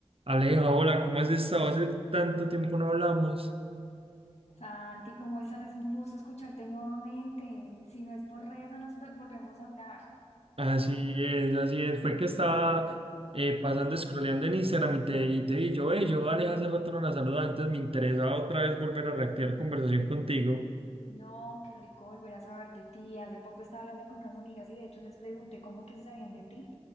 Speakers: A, on the right; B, on the left.
A: Aleja, hola, ¿cómo has estado? Hace tanto tiempo no hablamos.
B: Santi, ¿cómo estás? Es un gusto escucharte nuevamente. Si no es por redes, no nos ve- volvemos a hablar.
A: Así es, así es. Fue que estaba eh, pasando, scrolleando en Instagram y te, y te vi. Yo, eh, yo, Aleja, hace rato no la saludaba, entonces me interesaba otra vez volver a reactivar conversación contigo.
B: No, qué rico volver a saber de ti. Hace poco estaba hablando con unas amigas y de hecho les pregunté cómo que si sabían de ti,